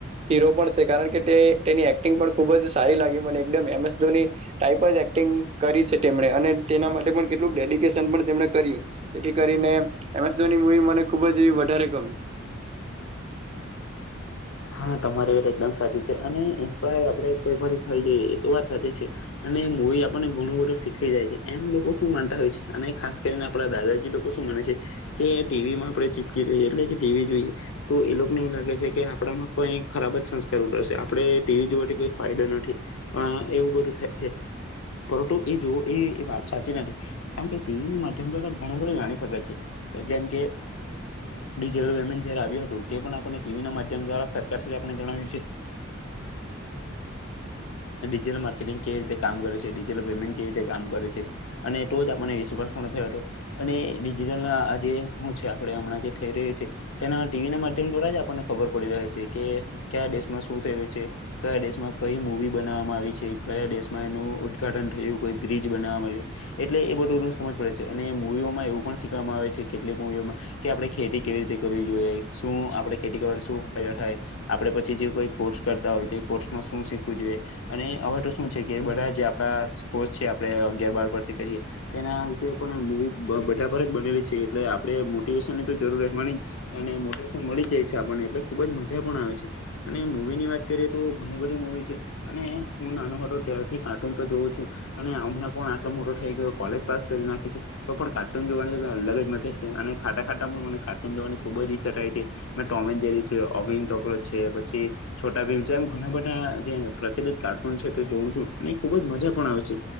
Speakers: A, on the right (about 30°); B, on the left (about 75°).
A: હીરો પણ છે કારણ કે તે તેની એક્ટિંગ પણ ખુબ જ સારી લાગી મને એકદમ એમસ ટયપ એક્ટિંગ કરી છે તેમણે અને તેના માટે પણ કેટલું ડેડિકેશન પણ કર્યું જેથી કરીને એમેશ મવી મને ખુબ જ એ વધ ગમ
B: હા તમારી વા એકદમ સાચી છે અને ઇન્સ્પાયર આપડેપથી થઈ જઈએ એ તો વાત સાચી છે અને મૂવી આપણને ઘણું બધું શીખી જાય છે એમ લોકો શું માનતા હોય છે અને ખાસ કરીને આપડા દાદાજી લોકો શું માને છે કે ટીવી માં આપડે ચીપકી જઈએ એટલે કે ટીવી જોઈએ તો એ લોકોને એવું લાગે છે કે આપણામાં કઈ ખરાબ જ સંસ્કાર ઉતરશે આપણે ટીવી જોવાથી કોઈ ફાયદો નથી એવું બધું થાય છે પરંતુ એ જો એ વાત સાચી નથી કારણકે ટીવી ના માધ્યમ દ્વારા ઘણું બધો જાણી શકે છે જેમ કે ડિજીિટલ પેમેન્ટ જયારે આવ્યું હતું તે પણ આપણને ટીવી ના મા સર આપ જણાવ્યું છેટલ માર્ટંગ ક રીતે કામ કરે છેટલ પેમેન્ટ ક રીતે કામ કરે છે અને તો જ આપને વિશ્વાસ પણ થયો હતો અને ડિજટલ આ જે હું છે આપ હમણાં જે થઈ રહ્યો છે તેના ટીવી ના માધ્યમ દ્વારા જ આપને ખબર પડી રહે છે કે કયા દેશમાં શું થયલું છે કયા દેશમાં કઈ મૂવી બનાવવામાં આવી છે કયા દેશમાં એનું ઉદઘાટન થયું કોઈ બ્રિજ બનાવવામાં આવ એટલે એ બધું સમજ પડે છે અને મૂવીઓમાં એવું પણ શીખવામાં આવે છે કેટલીક મૂવીઓમાં કે આપડણે ખેતી કેવી રીતે કરવી જોઈએ શું આપડણે ખેતી કરવા શ ફાયદા થાય આપે પછી જે કોઈ કોર્સ કરતા હોય તો એ કોર્સમાં શું શીખવું જોઈએ અને હવે તો શું છે કે બધા જે આપણા કોર્સ છે આપણે અગિયાર બાર પરથી કરીએ તેના વિશે પણ મૂવી બધા પર જ બનેલી છે એટલે આપણે મોટિવેશન ની તો જરૂર રહેવાની જ અને મોટિવેશન મળી જાય. આપણને એટલે ખુબ જ મજા પણ આવે છે અને મુૂવી ની વાત કરીએ તો ઘણી બધી મુવી છે અને હું નાનો ખાટો ત્યારથી કાર્ટૂન તો જોઉં છું અને હમણાં પણ આટલો મોટો થાય કે કોલેજ પાસ કરી નાખી છે તો પણ કાર્ટૂન જોવાની અલગ જ મજા છે અને ખાટા ખાટા પણ મને કાર્ટૂન જોવાની ખુબ જ ઈચ્છા થાય છે. મે ટોમેન જેરી છે અવિન કોકરોચ છે પછી છોટા ભીમ છે એમ ઘણા બધા જે પ્રચલિત કાર્ટૂન છે તે જોઉું છું અને એ ખુબ જ મજા પણ આવે છે